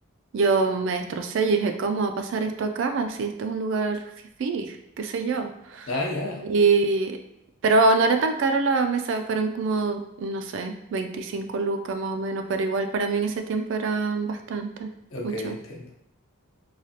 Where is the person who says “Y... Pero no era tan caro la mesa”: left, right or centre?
Right